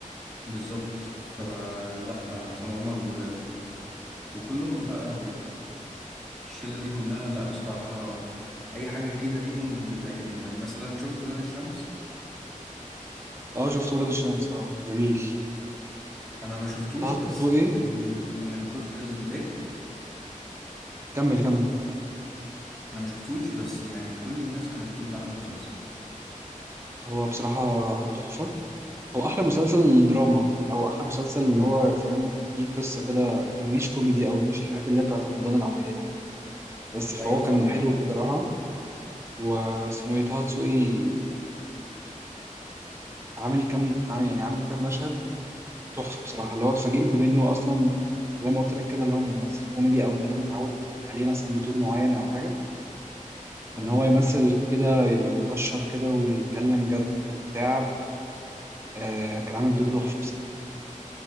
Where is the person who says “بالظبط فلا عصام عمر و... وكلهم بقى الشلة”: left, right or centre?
Centre